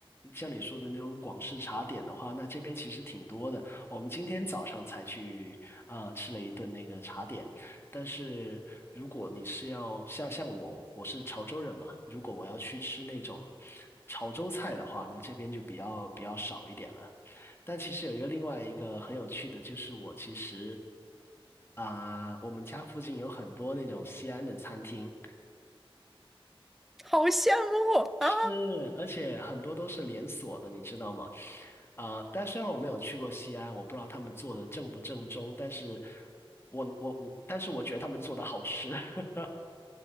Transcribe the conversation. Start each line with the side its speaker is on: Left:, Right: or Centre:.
Left: 像你说的那种广式茶点的话，那这边其实挺多的。我们今天早上才去啊、吃了一顿那个茶点，但是如果你是要像像我，我是潮州人嘛，如果我要去吃那种潮州菜的话，那这边就比较比较少一点了。但其实有一个另外一个很有趣的，就是我其实啊、我们家附近有很多那种西安的餐厅。
Centre: <laughs> 好羡慕啊
Left: 是，而且很多都是连锁的，你知道吗？啊、但虽然我没有去过西安，我不知道他们做的正不正宗，但是我我我，但是我觉得他们做的好吃。<laughs>